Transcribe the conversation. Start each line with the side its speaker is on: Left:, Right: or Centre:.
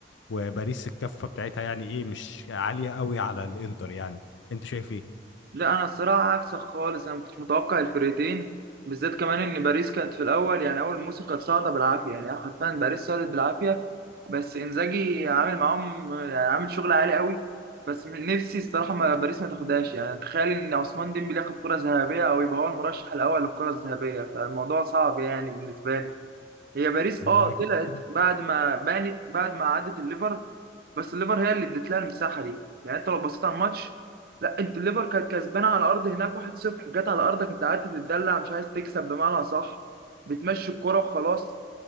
Left: وباريس الكفه بتاعتها يعني ايه مش عاليه قوي على الانتر يعني انت شايف ايه
Right: لا انا الصراحه عكسك خالص انا ما كنتش متوقع الفرقتين بالذات كمان ان باريس كانت في الاول يعني اول موسم كانت صاعده بالعافيه يعني حرفيا باريس صعدت بالعافيه بس انزاجي عامل معاهم يعني عامل شغل عالي قوي بس من نفسي الصراحه ما باريس ما تاخدهاش يعني تخيل ان عثمان ديمبلي ياخد كره ذهبيه او يبقى هو المرشح الاول للكره الذهبيه فالموضوع صعب يعني بالنسبه لي هي باريس
Left: هو
Right: اه
Left: انا كده
Right: طلعت
Left: كده
Right: بعد ما بانت بعد ما عدت الليفر بس الليفر هي اللي ادت لها المساحه دي يعني انت لو بصيت على الماتش لا انت الليفر كانت كسبانه على الارض هناك 1-0 جت على ارضك انت قعدت تتدلع مش عايز تكسب بمعنى صح بتمشي الكرة وخلاص